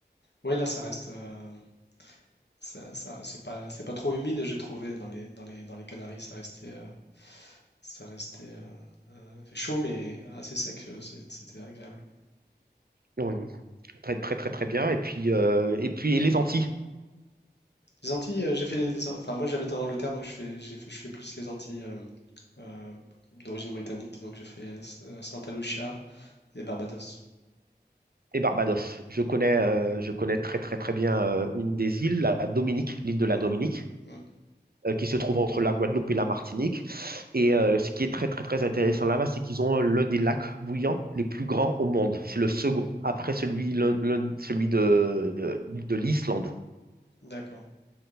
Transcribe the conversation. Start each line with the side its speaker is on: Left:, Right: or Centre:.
Left: Oui, là, ça reste... euh, ça, ça- c'est pas, c'est pas trop humide, j'ai trouvé, dans les, dans les, dans les Canaries. Ça restait, euh, ça restait euh, chaud, mais assez sec. euh, c'est- C'était agréable.
Right: Donc, très, très, très, très bien. Et puis, euh, et puis et les Antilles
Left: Les Antilles, euh, j'ai fait les, les An- enfin moi j'habite en Angleterre donc je fais, j'ai fait, je fais plus les Antilles euh, euh, d'origine britannique donc j'ai fait euh, Santa Lucia et Barbados.
Right: et Barbados. Je
Left: Mm,
Right: connais, euh, je connais très, très, très bien euh, une des îles, la Dominique, l'île de la
Left: mm,
Right: Dominique.
Left: mm.
Right: euh, qui se trouve entre la Guadeloupe et la Martinique. Et euh, ce qui est très, très, très intéressant là-bas, c'est qu'ils ont euh, l'un des lacs bouillants les plus grands au monde. C'est le second, après celui, l'un- l'un- celui de, de de l'Islande.
Left: D'accord,